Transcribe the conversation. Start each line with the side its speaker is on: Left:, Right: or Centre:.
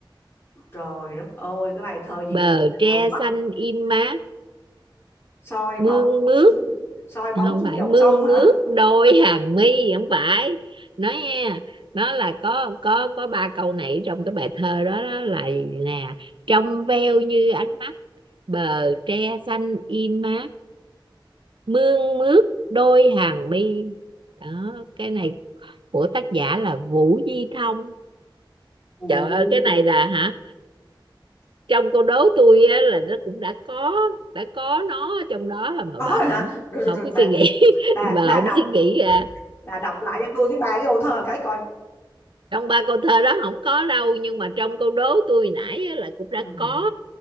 Left: Trời đất ơi, cái bài thơ gì
Right: bờ
Left: mà
Right: tre
Left: à, quất
Right: xanh im mát
Left: soi
Right: mương
Left: bóng
Right: mướt
Left: xuống soi bóng
Right: không
Left: xuống
Right: phải
Left: dòng
Right: mương
Left: sông hả?
Right: mướt đôi hàng mi không phải nói nha nó là có có có ba câu này trong cái bài thơ đó, đó là nè trong veo như ánh mắt bờ tre xanh im mát mương mướt đôi hàng mi đó cái này của tác giả là Vũ Di Thông
Left: Ồ,
Right: trời ơi cái này là hả trong câu đố tôi á, là nó cũng đã có đã có nó trong đó mà
Left: có
Right: bà
Left: rồi hả?
Right: không
Left: Rồi
Right: không
Left: rồi rồi
Right: có
Left: bà
Right: suy nghĩ
Left: bà
Right: <laughs> bà
Left: bà
Right: không
Left: đọc
Right: suy nghĩ ra
Left: bà đọc lại cho tôi cái bài cái ô thơ cái coi.
Right: trong ba câu thơ đó không có đâu nhưng mà trong câu đố tôi nãy á, là cũng đã
Left: Ừ.
Right: có